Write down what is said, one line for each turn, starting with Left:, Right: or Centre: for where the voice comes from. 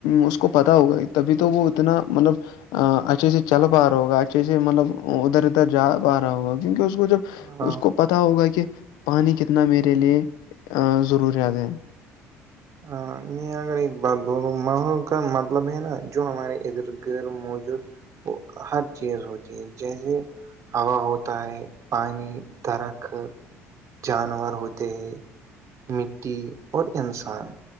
Left: اس کو پتا ہوگا ہی تبھی تو وہ اتنا مطلب ا اچھے سے چل پا رہا ہوگا اچھے سے مطلب ادھر ادھر جا پا رہا ہوگا کیونکہ اس کو جب
Right: ہاں
Left: اس کو پتہ ہوگا کہ پانی کتنا میرے لیے ضروریات ہیں
Right: ہاں میں اگر ایک بات دونوں ماحول کا مطلب ہے نا جو ہمارے ادھر گدھر موجود وہ ہر چیز ہوتی ہے جیسے ہوا ہوتا ہے پانی درخت جانور ہوتے ہیں مٹی اور انسان